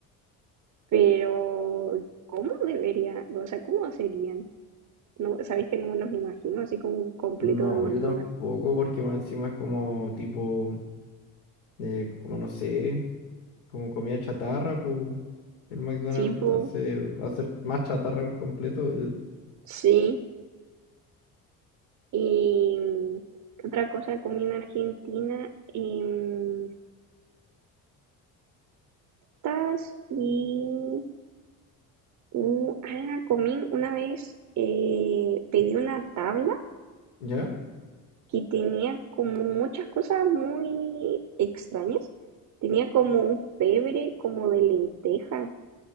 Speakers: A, on the right; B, on the left.
A: pero ¿cómo deberían? O sea, ¿cómo serían? No, sabéis que no me los imagino así como un completo
B: No,
A: del McDonald's.
B: yo tampoco, porque más encima es como tipo, eh, como no sé. como comida chatarra, pues el McDonald's
A: Sí, po,
B: entonces va a ser más chatarra un completo, eh,
A: sí. Y mm, ¿qué otra cosa comí en Argentina? Em, tas y Uh, ah, comí una vez, eh, pedí una tabla
B: ¿ya?
A: que tenía como muchas cosas muy extrañas. Tenía como un pebre, como de lenteja.